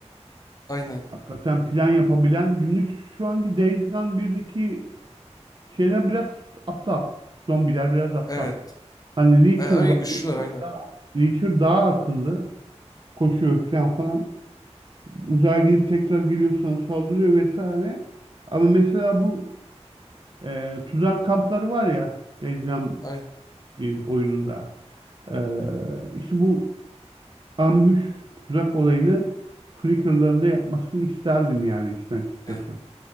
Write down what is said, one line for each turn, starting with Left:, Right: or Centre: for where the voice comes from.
Left: Aynen.
Right: hakikaten plan yapabilen çünkü şu anki Days Gone 1'deki şeyler biraz aptal. Zombiler biraz aptal.
Left: Evet.
Right: Hani Reacher
Left: Ay, ay
Right: var.
Left: güçlüler
Right: Reacher
Left: aynen.
Right: daha, Reacher daha akıllı. Koşuyor falan falan. Uzağa gidip tekrar geliyor sana saldırıyor vesaire. Ama mesela bu e, tuzak kampları var ya Days Gone
Left: Aynen.
Right: bir oyununda. E, işte bu ambush tuzak olayını Flickr'larında yapmasını isterdim yani işin açıkçası.
Left: Evet.